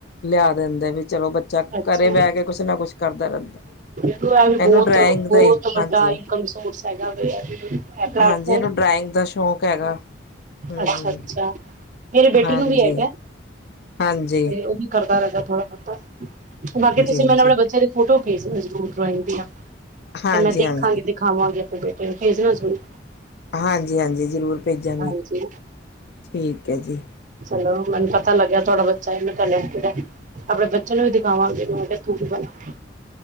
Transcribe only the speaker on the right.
ਅੱਛਾ
ਐਵੀ
ਬਹੁਤ,
ਬਹੁਤ
ਵੱਡਾ
ਇਨਕਮ ਸੋਰਸ ਹੈਗਾ, ਐ ਪਲੈਟਫੋਮ
ਅੱਛਾ-ਅੱਛਾ, ਮੇਰੇ ਬੇਟੀੇ
ਨੂੰ ਵੀ ਹੈਗਾ।
ਤੇ
ਉਹ ਵੀ ਕਰਦਾ ਰਹਿੰਦਾ ਥੋੜਾ-ਬਹੁਤਾ, ਬਾਕੀ ਤੁਸੀਂ
ਮੈਨੂੰ ਆਪਣੇ ਬੱਚਿਆਂ ਦੀ ਫੋਟੋ ਪੇਜਣਾ ਜ਼ਰੂਰ ਡਰਾਇੰਗ ਦੀਆਂ,
ਤੇ ''ਮੈਂ ਦੇਖਾਂਗੀ
ਦਿਖਾਵਾਂਗੀ ਆਪਣੇ ਬੇਟੇ ਨੂੰ, ਭੇਜਣਾ ਜਰੂਰ।
ਹਾਂਜੀ
ਚਲੋ, ਮਨੂੰ ਪਤਾ ਲੱਗਿਆ ਥੋੜਾ-ਬਹੁਤ ਚਾਹੇ ਮੈਂ ਪਹਿਲੇ <unintelligible> ਆਪਣੇ ਬੱਚਿਆਂ ਨੂੰ ਵੀ ਦਿਖਾਵਾਂਗੀ, ਮੈਂ ਕਿਹਾ ਤੂੰ ਵੀ ਬਣਾ।